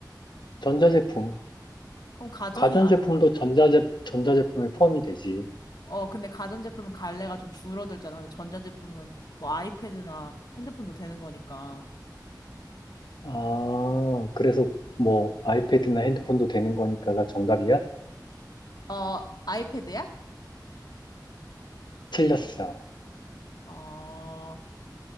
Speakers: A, on the left; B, on the left.
A: 전자제품.
B: 그럼 가전은
A: 가전제품도 전자제, 전자제품에 포함이 되지.
B: 어, 근데 가전제품은 갈래가 좀 줄어들잖아. 근데 전자제품은 뭐 아이패드나 핸드폰도 되는 거니까.
A: 아, 그래서 뭐 아이패드나 핸드폰도 되는 거니까가 정답이야?
B: 어, 아이패드야?
A: 틀렸어.
B: 어,